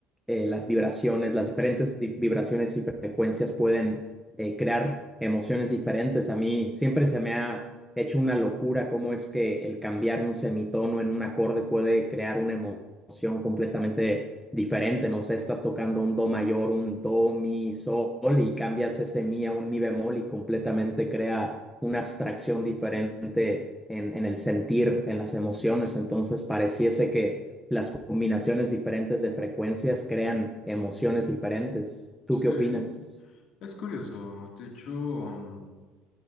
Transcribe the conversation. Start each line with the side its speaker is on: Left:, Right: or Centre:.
Centre: eh, las vibraciones, las diferentes di- vibraciones y frecuencias pueden eh, crear emociones diferentes. A mí siempre se me ha hecho una locura cómo es que el cambiar un semitono en un acorde puede crear una emo- emoción completamente diferente. No sé, estás tocando un do mayor, un do, mi, sol y cambias ese mi a un mi bemol y completamente crea una abstracción diferente en, en el sentir, en las emociones. Entonces pareciese que las combinaciones diferentes de frecuencias crean emociones diferentes. ¿Tú
Left: Sí,
Centre: qué opinas?
Left: es curioso. De hecho, mm,